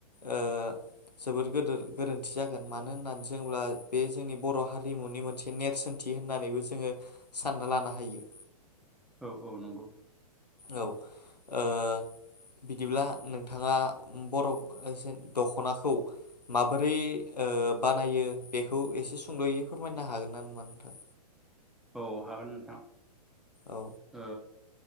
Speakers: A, on the left; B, in the centre.
A: ओ जबोद गोरोन्थि जागोन मानो होननानै जोङोब्ला बे जोंनि बर' हारिमुनि मोनसे नेरसोनथि होननानैबो जोङो सानना लानो हायो
B: औ-औ नंगौ
A: औ ओ बिदिब्ला नोंथाङा बर' दख'नाखौ माबोरै ओ बानायो बेखौ एसे सुंद'यै फोरमायनो हागोन नामा नोंथां
B: औ हागोन नोंथां
A: औ
B: ओ